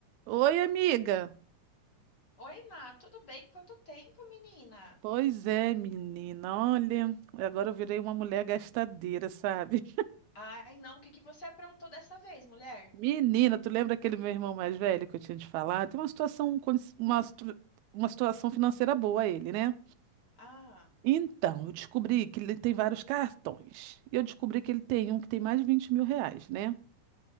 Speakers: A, on the right (about 75°); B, on the left (about 35°).
A: Oi, amiga.
B: Oi, Má, tudo bem? Quanto tempo, menina?
A: Pois é, menina. Olha, agora eu virei uma mulher gastadeira, sabe?
B: Ai, não, o que que você aprontou dessa vez, mulher?
A: <laughs> Menina, tu lembra aquele meu irmão mais velho que eu tinha te falado? Tem uma situação, con- uma, situ- uma situação financeira boa ele, né?
B: Ah,
A: Então, eu descobri que ele tem vários cartões. E eu descobri que ele tem um que tem mais de vinte mil reais, né?